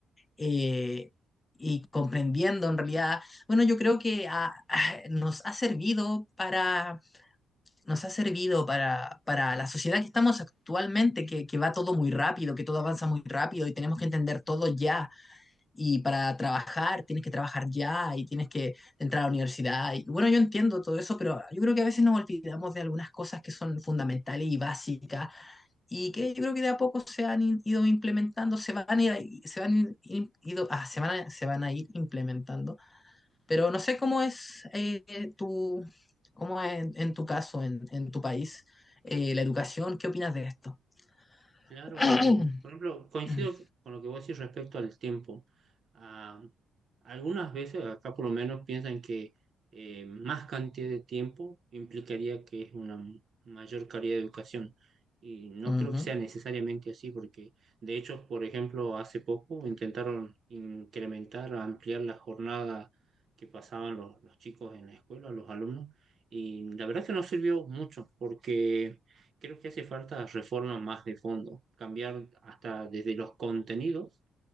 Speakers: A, on the left; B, on the right.
A: eh, y comprendiendo en realidad. Bueno, yo creo que ah, ah, <sighs> nos ha servido para, nos ha servido para, para la sociedad que estamos actualmente, que, que va todo muy rápido, que todo avanza muy rápido y tenemos que entender todo ya y para trabajar tienes que trabajar ya y tienes que entrar a la universidad. Y bueno, yo entiendo todo eso, pero yo creo que a veces nos olvidamos de algunas cosas que son fundamentales y básicas y que yo creo que de a poco se han in- ido implementando, se van a ir, ahí- se van in- in- ido, ah, se van a, se van a ir implementando. Pero no sé cómo es eh, tu, cómo es en, en tu caso, en, en tu país, eh, la educación, ¿qué opinas de esto?
B: Claro,
A: <coughs>
B: eh, por ejemplo, coincido
A: <clears throat>
B: con lo que vos decís respecto al tiempo. Ah, algunas veces, acá por lo menos, piensan que eh, más cantidad de tiempo implicaría que es una mayor calidad de educación. Y no
A: Ujú,
B: creo que sea necesariamente así, porque de hecho, por ejemplo, hace poco intentaron incrementar, ampliar la jornada que pasaban los, los chicos en la escuela, los alumnos, y la verdad que no sirvió mucho, porque Creo que hace falta reforma más de fondo, cambiar hasta desde los contenidos